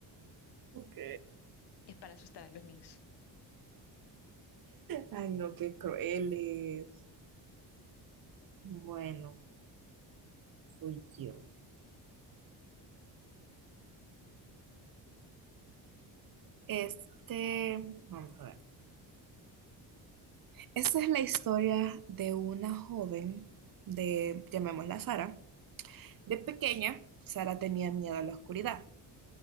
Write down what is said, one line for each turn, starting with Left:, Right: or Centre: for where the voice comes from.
Right: Ok.
Left: es para asustar a los niños.
Right: Ay, no, qué crueles. Bueno, fui yo. Este, vamos a ver. Esta es la historia de una joven de, llamémosla Sara. De pequeña, Sara tenía miedo a la oscuridad,